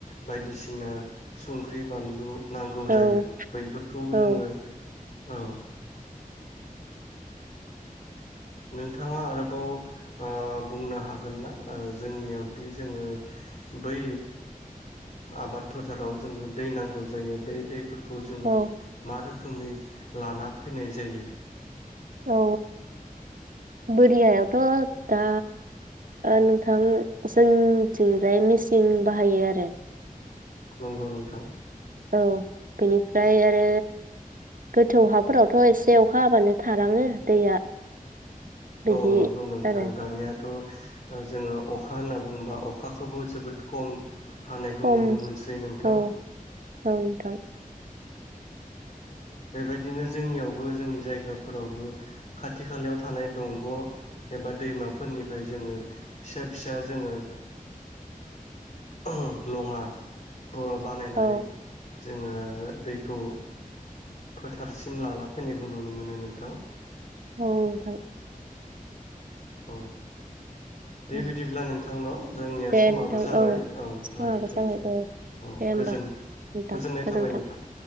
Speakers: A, on the left (about 50°); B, on the right (about 65°).
A: बायदिसिना संख्रि बानलु नांगौ
B: औ
A: जायो बैफोरखौ
B: औ
A: जोङो औ नोंथाङा आरोबाव ओ बुंनो हागोन ना जोंनियावदि जोङो बै आबाद फोथाराव जोंनो दै नांगौ जायो बे दैफोर खौ जोङो
B: औ
A: मा रोखोम रोखोमै लाना फैनाय जायो
B: औ बोरि हायावथ' दा ओ नोंथां जोंथिंजाय मेचिन बाहायो आरो
A: नंगौ नोंथां
B: औ बेनिफ्राय आरो गोथौ हाफोरावथ' एसे अखा हाबानो थालाङो दैया बिदि
A: औ नंगौ नोंथां
B: आरो
A: दानिया थ जोङो अखा होनना बुङोबा अखाखौबो जोबोद खम हानायखौ
B: खम
A: नुनो मोनसै नोंथां
B: औ -औ नोंथां
A: बेबायदिनो जोंनियावबो जोंनि जायगाफोरावबो खाथि खालायाव थानाय दंग' एबा दैमाफोरनिफ्राय जोङो फिसा- फिसा जोङो ओ <unintelligible> लङा बुव बानायनानै
B: औ
A: जोङो दैखौ फोथारसिम लाना फैनायखौ नुनो मोनो नोंथां
B: औ नोंथां
A: औ दे
B: उम
A: बिदिब्ला नोंथांनाव जोंनिया
B: दे
A: समाबो
B: नोंथां
A: जाबाय औ
B: समाबो
A: लागिथ'सै
B: जाबाय औ
A: औ
B: दे होमबा
A: गोजोन
B: नोंथां
A: गोजोननाय
B: गोजोन्थों
A: थाबाय नोंथां